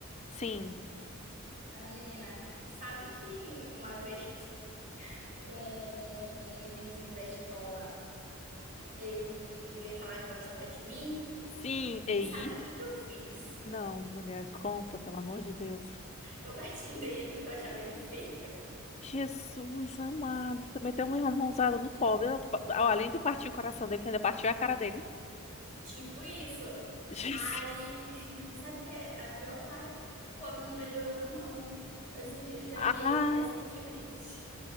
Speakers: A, on the left (about 30°); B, on the right (about 35°).
A: sim.
B: Ah, menina, sabe que uma vez <laughs> um, um, um meninozinho da escola, ele veio falar que gostava de mim?
A: Sim,
B: Nem
A: ei?
B: sabe o que que eu fiz.
A: Não, mulher, conta, pelo amor de Deus.
B: Eu bati nele porque eu achava ele feio.
A: Jesus amado, também tem uma mãozada no pobre. Eu- ah, Além de partir o coração dele, ainda partiu a cara dele.
B: Tipo isso.
A: <laughs> Jesus.
B: Aí, <laughs> e sabe o que é a pior parte? O pobre não melhorou, não. Eu já já
A: Ah,
B: vi ele recentemente.